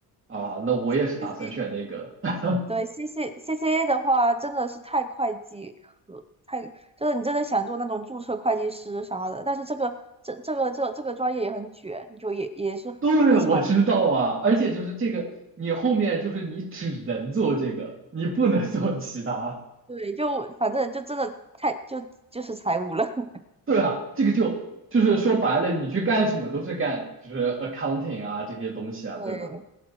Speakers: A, on the right (about 35°); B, on the right (about 15°).
A: 啊？那我也是打算选那个。
B: C C
A: <laughs>
B: 对 C C C C A 的话，真的是太会计和太就是你真的想做那种注册会计师啥的，但是这个这这个这这个专业也很卷，就也也是非常
A: 对，我知道啊，而且就是这个，你后面就是你只能做这个，你不能做其他。
B: 对，就反正就真的太就就是财务了。<laughs>
A: 对啊，这个就就是说白了，你去干什么都是干就是 accounting 啊这些东西啊，
B: 对
A: 对吧？